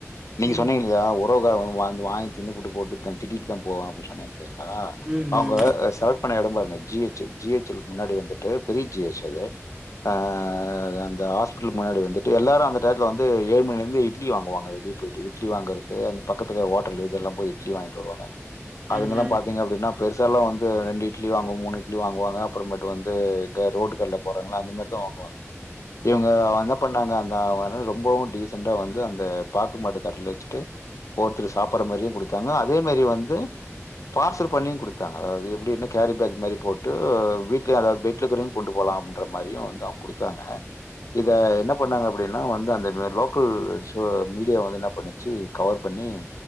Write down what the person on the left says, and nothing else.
நீங்க
சொன்னீங்க இல்லியா ஒரு புரோகிராவனுக வந்து வாங்கி தின்னுபுட்டு போட்டு தானு திட்டிட்டுதா போவே அப்பின் சொன்னே டேங்ளா
அவுங்க செலக்ட் பண்ண எடோ பருங்க ஜி எச் சு ஜி எச் முன்னாடி வந்துட்டு பெரிய ஜி எச் அது ஆ அந் தா ஹாஸ்பிட்டல் முன்னாடி வந்துட்டு எல்லாரோ அந்த டையத்துல வந்து ஏழு மணில இந்து இட்லி வாங்குவாங்க வெளிய போயிட்டு இட்லி வாங்குறது அந்த பக்கத்துக ஹோட்டலு இதெல்லா போயி இட்லி வாங்கிட்டு வருவாங்க
அதுங்கெல்லா பாத்தீங்க அப்டினா பெருசாலா வந்து ரெண்டு இட்லி வாங்குவு மூணு இட்லி வாங்குவாங்க அப்றமேட்டு வந்து க ரோட்டு கட்ல போறாங்கள அந்த மாரிதா வாங்குவாங்க இவுங்க வ என்ன பண்ணாங்க அந் நா வரே ரொம்பவு டீசண்டா வந்து அந்த பாக்கு மட்ட தட்ல வெச்சுட்டு ஒருத்தரு சாப்பற மாரியு குடு தாங்கோ அதே மாரி வந்து பார்சல் பண்ணியு குடுத்தாங்க அதாவது எப்டி என்ன கேரி பேக் மாரி போட்டு வீட்டு அதாவது பெட்ல இருக்கரவு கொண்டு போலா அப்டின்ற மாரியு வந்து அவுங்க கொடுத்தாங்க இத என்ன பண்ணாங்க அப் டினா வந்து அந்த மாரி லோக்கல் ஷோ மீடியா வந்து என்னா பண்ணிச்சு கவர் பண்ணி